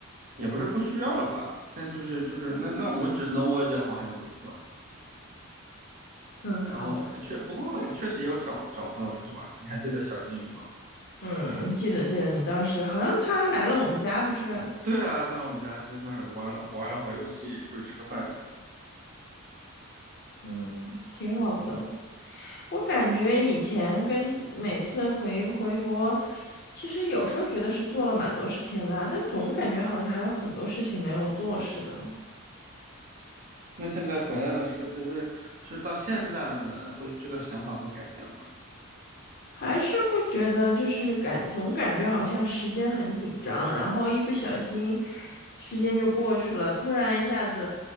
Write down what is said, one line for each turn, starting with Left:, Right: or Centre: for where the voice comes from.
Right: 也不是不需要了吧，但就是就是那那我只能窝着，我还能怎么办？
Left: 嗯，
Right: 然后呃确不过我确实也有找找朋友出去玩的，
Left: 好，
Right: 你还记得小金鱼吗？
Left: 嗯，记得记得，你当时好像他还来了我们家，不是？
Right: 对啊，他来我们家就那儿玩了玩了会儿游戏，出去吃个饭。
Left: 嗯，挺好的。我感觉以前跟每次回回国，其实有时候觉得是做了蛮多事情的啊但总感觉好像还有很多事情没有做似的。
Right: 那现在回来了是呃不是就是到现在了呢？会这个想法会改变吗？
Left: 还是会觉得就是感总感觉好像时间很紧张，然后一不小心时间就过去了，突然一下子